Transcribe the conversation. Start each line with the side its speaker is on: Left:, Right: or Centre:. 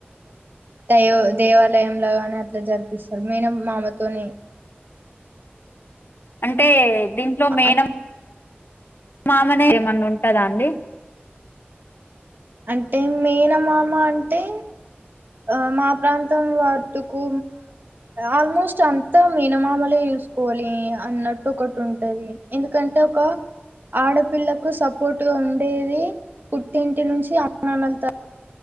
Right: దయో దేవాలయంంలోగాని అట్లా జరిపిస్తారు మేన మామతోని
Left: అంటే దీంట్లో మేన
Right: అ
Left: మామనే ఏమన్నా ఉంటందా అండి
Right: అంటే మేనమామ అంటే ఆ మా ప్రాంతం వాటుకు ఆల్మోస్ట్ అంతా మేనమామలే చూసుకోవాలి అన్నట్టు ఒకటి ఉంటది ఎందుకంటే ఒక ఆడపిల్లకు సపోర్టుగా ఉండేది పుట్టింటి నుంచి అమ్మ నానా తర్